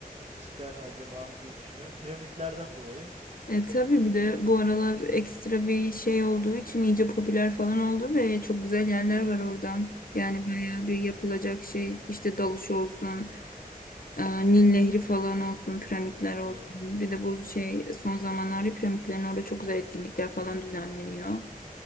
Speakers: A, on the right; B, on the left.
A: ister acaba diye düşünüyorum. Piramitlerden dolayı.
B: E, tabii bir de bu aralar ekstra bir şey olduğu için iyice popüler falan oldu ve çok güzel yerler var oradan. Yani
A: Ha,
B: bayağı bir yapılacak şey işte dalış olsun, e, Nil Nehri falan olsun, piramitler olsun.
A: doğru
B: Bir de bu şey son zamanlarda piramitlerin orada çok güzel etkinlikler falan düzenleniyor.